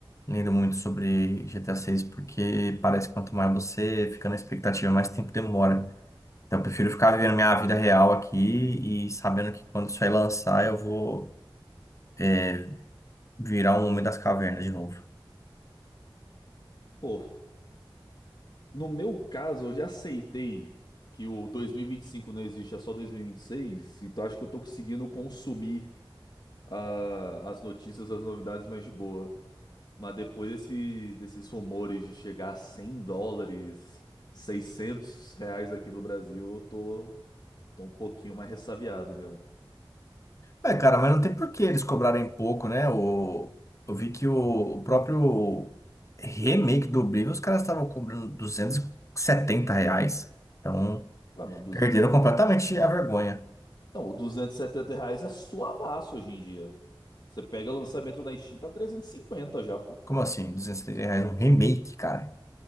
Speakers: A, on the left; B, on the left.
A: lendo muito sobre GTA 6, porque parece que quanto mais você fica na expectativa, mais tempo demora. Então, eu prefiro ficar vivendo minha vida real aqui e sabendo que quando isso aí lançar, eu vou, é, virar um homem das cavernas de novo.
B: Pô, no meu caso, eu já aceitei que o 2025 não existe, é só 2026, então acho que eu tô conseguindo consumir ah, as notícias, as novidades mais de boa. Mas depois desses, desses rumores de chegar a 100 dólares, 600 reais aqui do Brasil, eu tô, tô um pouquinho mais ressabiado mesmo.
A: É, cara, mas não tem por que eles cobrarem pouco, né? O, eu vi que o, o próprio remake do Oblivion, os caras estavam cobrando 270 reais. Então,
B: Ué, mas 270,
A: perderam completamente a vergonha.
B: não, 270 reais é suavaço hoje em dia. Você pega lançamento na Steam, tá 350 já, pô.
A: Como assim? 270 reais um remake, cara.